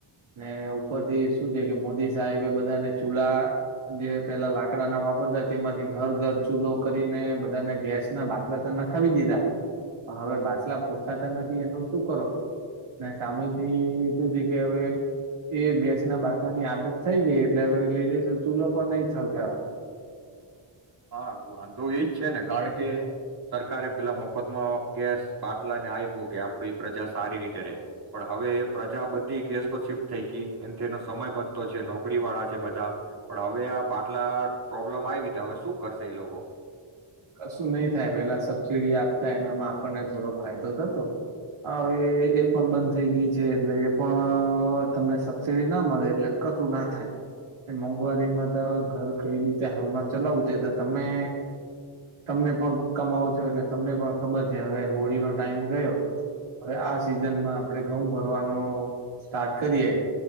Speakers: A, on the right; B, on the right.
A: ને ઉપરથી શું છે કે મોદી સાહેબ એ બધાને ચૂલા જે પેલા લાકડા ના વાપરતા તેમાંથી ઘર ઘર ચૂલો કરીને બધાને ગેસ ના બાટલા ત ના ખાવી દીધા. હવે બાટલા પોછાતા નથી એનું શું કરો ને સામેથી શું થ કે હવે એ ગેસ ના બાટલાની આદત થઈ ગઈ એટલે હવે લેડીસ ચૂલો પણ નહી થળગાવ.
B: હા વાંધો એજ છે ને કારણ કે સરકારે પેલા મફતમાં ગેસ બાટલા ને આપ્યું કે આપ પ્રજા સારી રીતે રે પણ હવે પ્રજા બધી ગેસ પર શિફ્ટ થઈ ગઈ એમથી એનો સમય બધતો છે નોકરી વાળા છે બધા પણ હવે આ બાટલા પ્રોબ્લેમ આવી ત હવે શું. કરશે એ લોકો.
A: કશું નહી થાય પેલા સબસિડી આપતા એનામાં આપણને થોડો ફાયદો થતો હવે એ પણ બંધ થઈ ગઈ છે એટલે એ પણ તમને સબસિડી ના મળે એટલે કશું ના થાય મોંઘવારીમાં તો ઘર કઈ રીતે હાલમાં ચલાવું તે તો તમે. તમને પણ કમાવો છો એટલે તમને પણ ખબર છે હવે હોળીનોો ટાઈમ ગયો હવે આ સિઝનમાં આપણે ઘઉં ભરવાનો સ્ટાર્ટ કરીએ